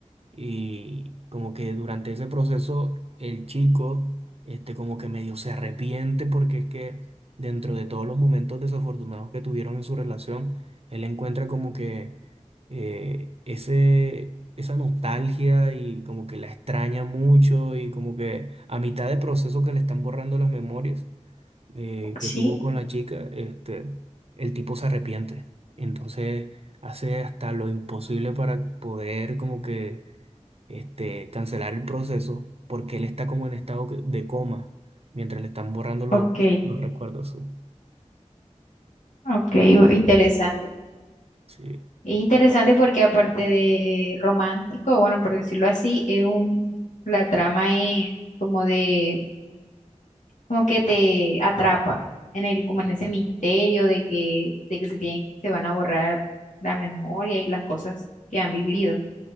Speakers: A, on the right; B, on the left.
A: y como que durante ese proceso el chico, este, como que medio se arrepiente porque es que dentro de todos los momentos desafortunados que tuvieron en su relación, él encuentra como que eh, ese, esa nostalgia y como que la extraña mucho y como que a mitad de proceso que le están borrando las memorias eh,
B: Sí,
A: que tuvo con la chica, este, el tipo se arrepiente. Entonces hace hasta lo imposible para poder como que este, cancelar el proceso porque él está como en estado que- de coma mientras le están borrando los,
B: ok,
A: los recuerdos. Sí,
B: ok, interesante.
A: Sí,
B: Es interesante porque aparte de romántico, bueno, por decirlo así, es un, la trama es como de, como que te atrapa en el, como en ese misterio de que, de que se tienen, se van a borrar la memoria y las cosas que han vivido.